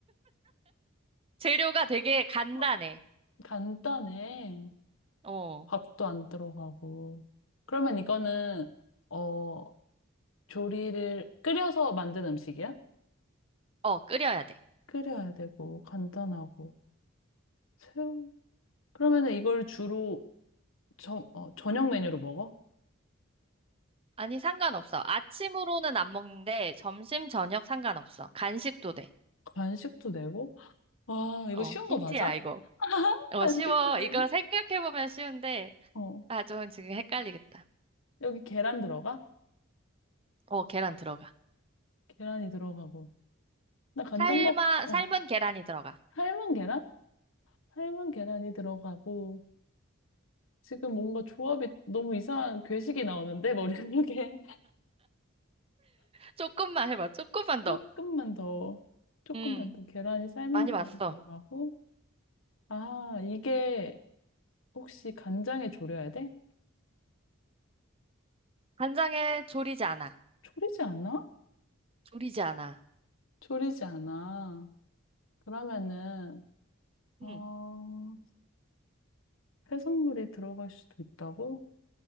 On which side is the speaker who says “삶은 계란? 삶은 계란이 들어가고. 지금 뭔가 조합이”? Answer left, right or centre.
Left